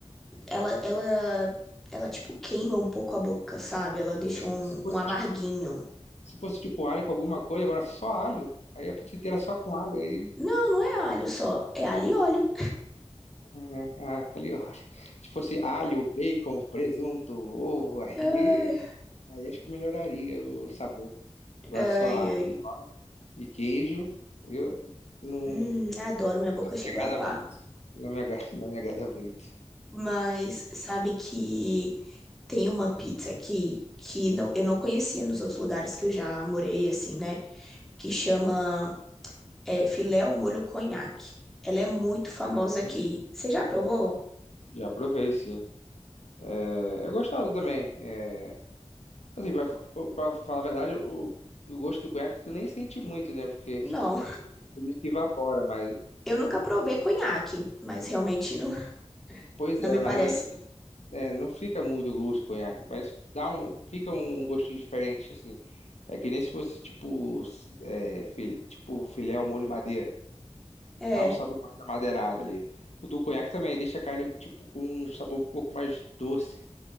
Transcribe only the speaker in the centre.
ela ela ela tipo queima um pouco a boca, sabe? Ela deixa
um,
um amarguinho.
Não, não é alho só, é alho e óleo.
Ai,
ai,
ai.
Hum, adoro, minha
boca
chegou
a aguar.
Mas sabe que tem uma pizza aqui que não, eu não conhecia nos outros lugares que eu já morei, assim, né? Que chama É filé ao molho conhaque. Ela é muito famosa
aqui. Você já provou?
Não.
Eu
nunca provei conhaque, mas realmente não,
não
me
parece.
É,